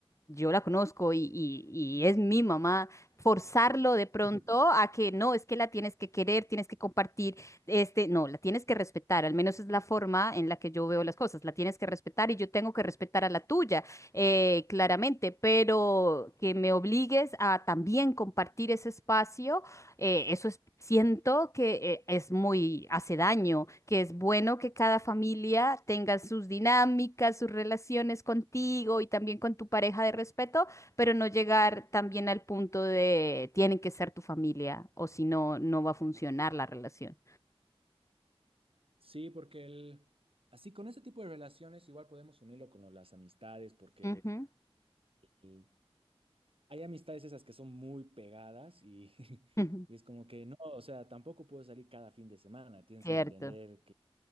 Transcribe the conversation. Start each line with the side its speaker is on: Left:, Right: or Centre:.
Left: yo la conozco y, y- y es mi mamá, forzarlo de pronto
Right: <laughs>
Left: a que no, es que la tienes que querer, tienes que compartir, este, no, la tienes que respetar, al menos es la forma en la que yo veo las cosas, la tienes que respetar y yo tengo que respetar a la tuya, eh, claramente, pero que me obligues a también compartir ese espacio eh, eso es, siento que eh, es muy, hace daño, que es bueno que cada familia tenga sus dinámicas, sus relaciones contigo y también con tu pareja de respeto, pero no llegar también al punto de tienen que ser tu familia o si no, no va a funcionar la relación.
Right: Sí, porque el, así con este tipo de relaciones igual podemos unirlo con lo- las amistades, porque
Left: Ujú,
Right: el- hay amistades esas que son muy pegadas y, <laughs>
Left: ujú,
Right: y es como que no, o sea, tampoco puedes salir cada fin de semana, tienes
Left: Cierto.
Right: que entender